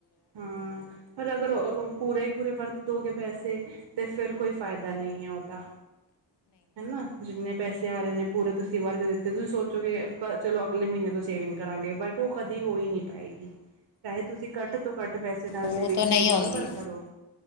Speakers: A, on the right; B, on the left.
A: ਹਾਂ ਪਰ ਅਗਰ ਪੂਰੇ ਹੀ ਪੂਰੇ ਵਰਤ ਦੋਗੇ ਪੈਸੇ ਤੇ ਫਿਰ ਕੋਈ ਫਾਇਦਾ ਨਹੀਂ ਹੈ ਉਹਦਾ ਹਨਾ ਜਿੰਨੇ ਪੈਸੇ ਆ ਰਹੇ ਨੇ ਪੂਰੇ ਤੁਸੀਂ ਵਰਤ ਦਿੱ ਤੇ ਤੁਸੀਂ ਸੋਚੋ ਕਿ ਚਲੋ ਅਗਲੇ ਮਹੀਨੇ ਤੋਂ ਸੇਵਿੰਗ ਕਰਾਂਗੇ, ਬਟ ਉਹ ਕਦੀ ਹੋ ਹੀ ਨਹੀਂ ਪਾਏਗੀ। ਚਾਹੇ ਤੁਸੀਂ ਘੱਟ ਤੋਂ ਘੱਟ ਪੈਸੇ ਨਾਲ
B: ਉਹ
A: ਸੇਵਿੰਗ
B: ਤਾਂ ਨਹੀਂ
A: ਸ਼ੁਰੂ ਕਰੋ
B: ਆਉਂਦੀ
A: ਪਰ ਕਰੋ।